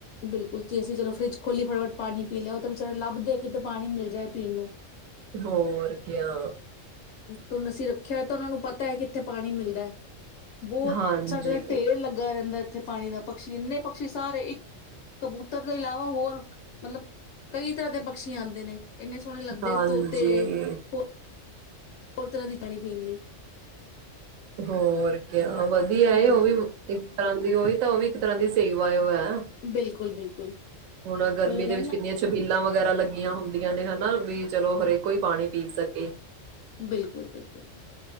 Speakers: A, on the left; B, on the right.
A: ਬਿਲਕੁਲ ਜੀ ਅਸੀਂ ਚਲੋ ਫਰਿੱਜ ਖੋਲੀ ਫਟੋਫਟ ਪਾਣੀ ਪੀ ਲਿਆ ਉਹ ਤਾਂ ਵੀ ਵਿਚਾਰੇ ਲੱਭਦੇ ਆ ਕਿਤੇ ਪਾਣੀ ਮਿਲ ਜਾਏ ਪੀਣ ਨੂੰ
B: ਹੋਰ ਕਿਆ
A: ਤੁੁਸੀ ਅਸੀਂ ਰੱਖਿਆ ਹੋ ਤਾਂ ਉਹਨਾਂ ਨੂੰ ਪਤਾ ਹੈ ਕਿੱਥੇ ਪਾਣੀ ਮਿਲਦਾ ਹੈ ਬਹੁਤ
B: ਹਾਂਜੀ
A: ਸਾਡੇ ਦਾ ਢੇਰ ਲੱਗਾ ਰਹਿੰਦਾ ਹੈ ਇੱਥੇ ਪਾਣੀ ਦਾ ਪਕੀ ਇੰਨੇ ਪਕਸ਼ੀ ਸਾਰੇ ਇੱਕ ਕਬੂਤਰ ਤੋਂ ਇਲਾਵਾ ਹੋਰ ਮਤਲਬ ਕਈ ਤਰ੍ਹਾਂ ਦੇ ਪਾਕਸ਼ੀ ਆਉਂਦੇ ਨੇ ਇੰਨੇ ਸੋਹਣੇ ਲੱਗਦੇ
B: ਹਾਂਜੀ
A: ਤੋਤੇ ਹੋਰ ਹੋਰ ਤਰ੍ਹਾਂ ਦੀ ਪਾਣੀ ਪੀਣ ਲਈ
B: ਹੋਰ ਵਧੀਆ
A: ਹਾਂਜੀ
B: ਇਹ ਉਹ ਵੀ ਹੁੰਦੀ ਹੋਏ ਵੀ ਇੱਕ ਤਰ੍ਹਾਂ ਦੀ ਸੇਹੀ ਵਾਯ ਹੈ
A: ਬਿਲਕੁਲ ਬਿਲਕੁਲ
B: ਹੁਣ ਗਰਮੀ
A: ਉਹੀ ਕਹਿੰਦੇ
B: ਦੇ ਵਿੱਚ
A: ਨਾ
B: ਕਿੰਨੀਆਂ ਛਬੀਲਾਂ ਵਗੈਰਾ ਲੱਗੀਆਂ ਹੁੰਦੀਆਂ ਨੇ ਹਨਾ ਵੀ ਚਲੋ ਹਰੇਕ ਹੀ ਪਾਣੀ ਪੀ ਸਕੇ
A: ਬਿਲਕੁਲ ਬਿਲਕੁਲ